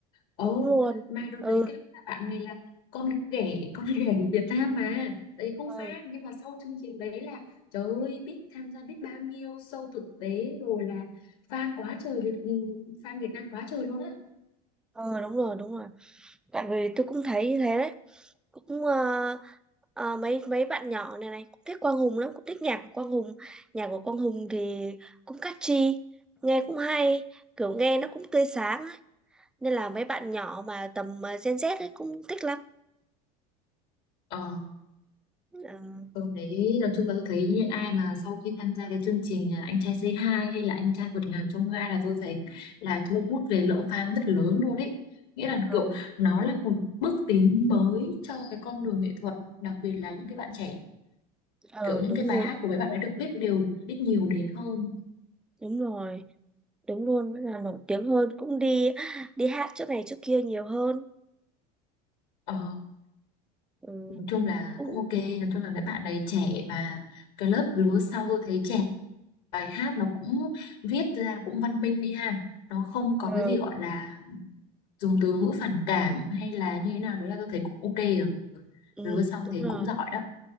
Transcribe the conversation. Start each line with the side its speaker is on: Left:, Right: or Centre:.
Left: ồ
Centre: đúng luôn
Left: mà đợt
Centre: ừ
Left: đấy các bạn này là con ghẻ con ghẻ của Việt Nam mà đấy không fan
Centre: ừ
Left: nhưng mà sau chương trình đấy là trời ơi biết tham gia biết bao nhiêu show thực tế rồi là fan quá trời Việt- ừ, fan Việt Nam quá trời luôn á
Centre: ừ đúng rồi đúng rồi tại vì tôi cũng thấy như thế đấy cũng ờ, ờ, mấy mấy bạn nhỏ này này cũng thích Quang Hùng lắm cũng thích nhạc của Quang Hùng nhạc của Quang Hùng thì cũng catchy nghe cũng hay kiểu nghe nó cũng tươi sáng ấy. nên là mấy bạn nhỏ mà tầm ờ, Gen Z ấy cũng thích lắm
Left: ờ
Centre: ừ
Left: Tôi thấy nói chung là tôi thấy những ai mà sau khi tham gia cái chương trình à, Anh trai Say Hi hay là Anh trai vượt ngàn chông gai là tôi thấy là thu hút về lượng fan rất lớn luôn ấy. Nghĩa là
Centre: ừ,
Left: kiểu nó là một bước tiến mới cho cái con đường nghệ thuật, đặc biệt là những cái bạn trẻ.
Centre: ừ
Left: Kiểu những
Centre: đúng
Left: cái bài
Centre: rồi
Left: hát của mấy bạn ấy được biết đều biết nhiều đến hơn.
Centre: đúng rồi đúng luôn là nổi tiếng hơn cũng đi đi hát chỗ này chỗ kia nhiều hơn
Left: Ờ,
Centre: ừ,
Left: nói chung là
Centre: cũng
Left: cũng ok, nói chung là mấy bạn này trẻ và cái lớp lứa sau tôi thấy trẻ bài hát nó cũng viết ra cũng văn minh đi ha. Nó không có
Centre: ờ,
Left: cái gì gọi là dùng từ ngữ phản cảm hay là như thế nào đấy là tôi thấy cũng ok rồi
Centre: ừ,
Left: lúa xong
Centre: đúng
Left: thấy
Centre: rồi
Left: cũng giỏi đó